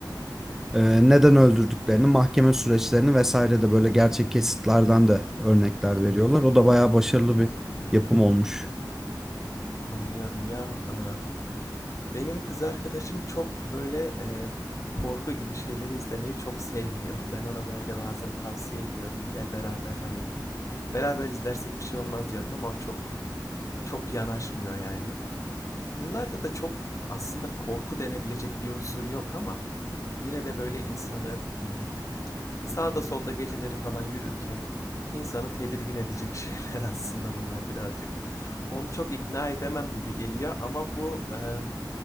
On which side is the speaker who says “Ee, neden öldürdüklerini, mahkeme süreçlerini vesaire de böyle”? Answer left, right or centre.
Centre